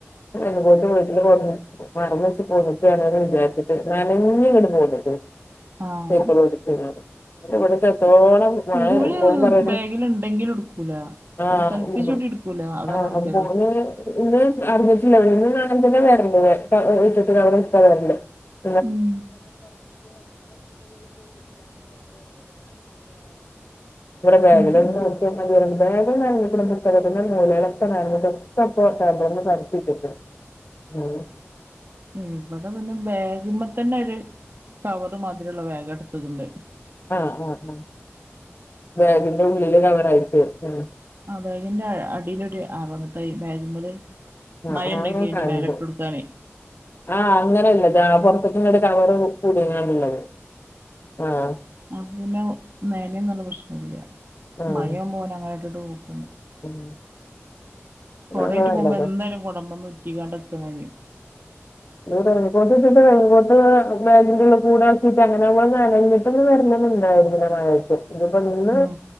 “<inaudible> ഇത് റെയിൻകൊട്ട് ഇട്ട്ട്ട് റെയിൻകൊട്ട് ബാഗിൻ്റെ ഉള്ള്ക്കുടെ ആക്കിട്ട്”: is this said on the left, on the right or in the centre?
Left